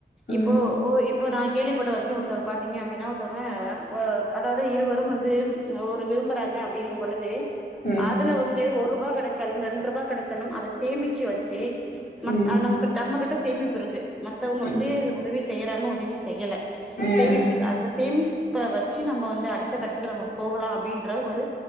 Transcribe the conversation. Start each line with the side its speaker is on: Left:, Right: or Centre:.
Left: ம்
Centre: இப்போ ஓ இப் இப்போ நான் கேள்விப்பட்ட வரைக்கும் ஒருத்தவங்க பாத்தீங்க அப்படின்னா ஒருத்தவங்க ஒ அதாவது இருவரும் வந்து ஒரு விரும்புகறாங்க அப்படிங்கும் பொழுது
Left: ம்
Centre: அதுல வந்து ஒரு ரூபாய் கிடைச்சாலும் ரெண்டு ரூபாய் கிடைச்சாலும் அத சேமிச்சு வச்சு நம்
Left: ம்
Centre: நமக்கு நம்ம கிட்ட சேமிப்பு இருக்கு மத்தவங்க
Left: ம்
Centre: வந்து உதவி செய்யறாங்க உதவி செய்யலை
Left: ம்
Centre: சேமிப்பு அந்த சேமிப்ப வச்சு நம்ம வந்து அடுத்த கட்டத்துக்கு நம்ம போகலாம் அப்படின்ற ஒரு